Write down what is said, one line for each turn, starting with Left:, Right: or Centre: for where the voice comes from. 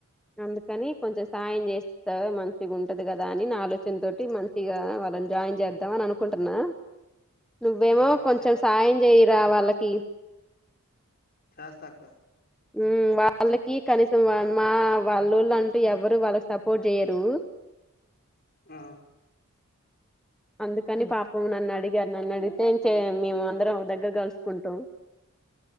Centre: అందుకని కొంచెం సాయం చేస్త. గా మంచిగుంటది కదా అని నా ఆలోచన తోటి మంచిగా వాళ్ళని జాయిన్ చేద్దాం అని అనుకుంటున్నా. నువ్వేమో
Left: ఆ ఓకే
Centre: కొంచెం
Left: అక్క
Centre: సాయం చేయిరా వాళ్ళకి.
Left: చేస్తా అక్క.
Centre: హ్మ్మ్ వాళ్ళకి కనీసం వ మా వాళ్ళల్లు అంటూ ఎవరు వాళ్ళకు. సపోర్ట్ చేయరు.
Left: ఆ
Centre: అందుకని పాపం నన్ను అడిగారు నన్ను అడిగితే ఏం చేయం మేము అందరం ఒక దగ్గర కలుసుకుంటాం.